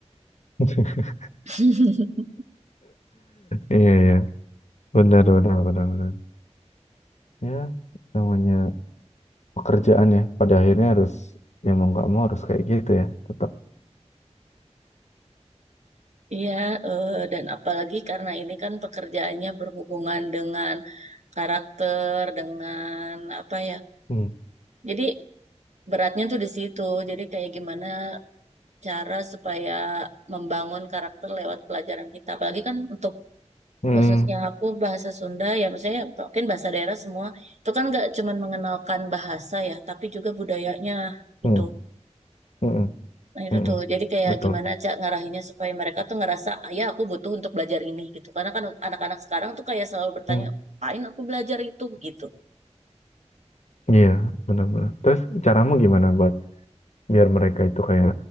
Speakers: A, on the left (about 75°); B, on the right (about 75°).
A: <laughs>
B: <laughs>
A: Iya, iya, benar, benar, benar, benar. ya namanya pekerjaan ya pada akhirnya harus ya mau nggak mau harus kayak gitu ya tetap
B: Iya, eh, dan apalagi karena ini kan pekerjaannya berhubungan dengan karakter, dengan apa ya.
A: hmm
B: Jadi beratnya tuh di situ. Jadi kayak gimana cara supaya membangun karakter lewat pelajaran kita. Apalagi kan untuk
A: hmm
B: khususnya aku bahasa Sunda ya misalnya mungkin bahasa daerah semua itu kan nggak cuman mengenalkan bahasa ya tapi juga budayanya gitu
A: hmm hmm
B: nah itu
A: hmm, hmm.
B: tuh jadi kayak
A: betul
B: gimana cak ngarahinnya supaya mereka tuh ngerasa "Ah, ya aku butuh untuk belajar ini gitu karena kan anak-anak sekarang tuh kayak selalu bertanya
A: hmm
B: apain aku belajar itu gitu
A: iya benar-benar terus caramu gimana buat biar mereka itu kayak